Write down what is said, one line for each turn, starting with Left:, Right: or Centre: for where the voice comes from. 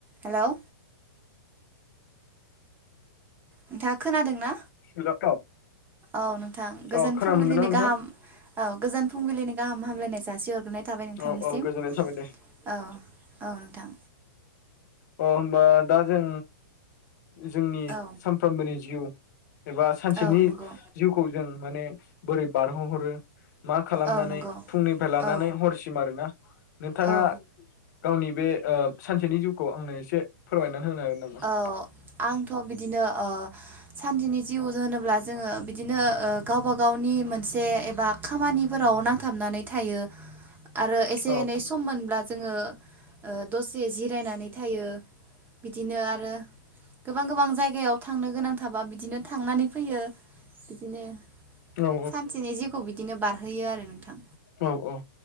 Right: Hello नोंथाङा खोनादों ना
Left: हेल' औ
Right: औ नोंथां गोजोन
Left: अ खोना
Right: फुंबिलिनि
Left: मोनदोंना नोंथां
Right: गाहाम औ गोजोन फुंबिलिनि गाहाम हामलायनायजों जासि हरग्रोनाय थाबाय नोंथांनिसिम
Left: औ-औ गोजोननाय थाबाय दे
Right: औ औ नोंथां
Left: अ होमबा दा जों जोंनि
Right: ओ
Left: सानफ्रोमबोनि जिउ एबा सानसेनि
Right: औ नंगौ
Left: जिउखौ जों माने बोरै बार' हो हरो मा खालामनानै
Right: औ नंगौ
Left: फुंनिफ्राय लानानै
Right: औ
Left: हरसिम आरोना नोंथाङा
Right: औ
Left: गावनि बे ओ सानसेनि जिउखो खौ आंनो एसे फोरमायनानै होनो हागोन नामा
Right: औ आंथ' बिदिनो ओ सानसेनि जिउ होनोब्ला जोङो बिदिनो ओ गावबा गावनि मोनसे एबा खामानिफोराव नां थाबनानै थायो आरो एसे-एनै
Left: औ
Right: सम मोनब्ला जोङो दसे जिरायनानै थायो। ओ आरो गोबां गोबां जायगायाव थांनो गोनां थांबा बिदिनो थांनानै फैयो बिदिनो
Left: औ
Right: सानसेनि जिउखौ खौ बिदिनो बारहोयो आरो नोंथां!
Left: औ औ।